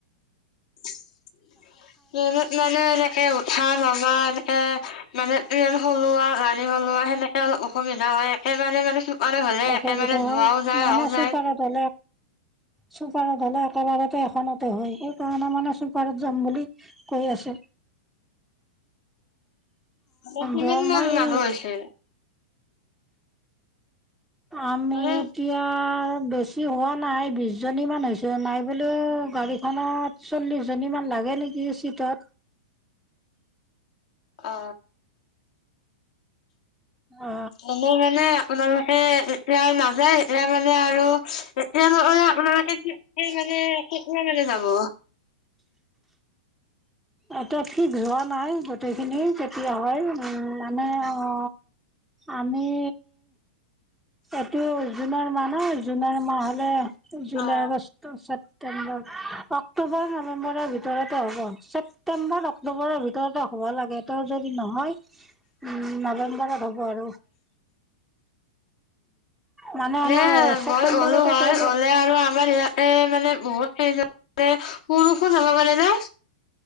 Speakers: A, on the left; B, in the centre.
A: <inaudible> ট্ৰেনত মানে এনেকে উঠা নমা এনেকে মানে ট্ৰেনসলো আৱ গাড়সহলো আৱ সেনেকে অলপ অসুবিধা হয় একেবাৰে মানে <unintelligible>
B: অসুবিধা
A: একেবাৰে
B: হয়
A: যোৱাও যায়
B: মানে
A: আহাও
B: চুপাৰত
A: যায়।
B: হ'লে চুপাৰত গলে একেবাৰতে এখনতে হয় সেইকাৰণে মানে চুপাৰত যাম বুলি কৈ আছে
A: মানে কিমান
B: য
A: মান
B: মই
A: মানুহ হৈছে?
B: আমি
A: মানে
B: এতিয়া বেছি হোৱা নাই বিশ জনীমান হৈছো নাই বোলিও গাড়ীখনত চল্লিশ জনী মান লাগে নেকি চিটত
A: অ
B: অ
A: এনেই মানে আপোনালোকে এতিয়া আৰু নাযায় এতিয়া মানে আৰু এতিয়া মানে আপোনাকে মানে কিমান মানুহ যাব
B: এতিয়া ঠিক হোৱা নাই গো <unintelligible> তেইখিনি কেতিয়া হয় উম মানে অ আমি এইটো জোনৰ মান নহয় জুলাই মাহ হলে। জুলাই
A: অ', অ',
B: আগষ্ট ছেপ্তেম্বৰ অক্টোবৰ নৱেম্বৰৰ ভিতৰতে হ'ব ছেপ্তেম্বৰ অক্টোবৰৰ ভিতৰতে হ'ব লাগে ত যদি নহয় উ নৱেম্বৰত হব আৰু। মানে
A: এনে
B: আমাৰ ছেপ্তেম্বৰতে
A: মই গ'লো হয়
B: কৰিছো
A: গলে আৰু আমাৰ ইয়াতে মানে সেই যাওঁতে। পুৰুষো যাব পাৰে ন।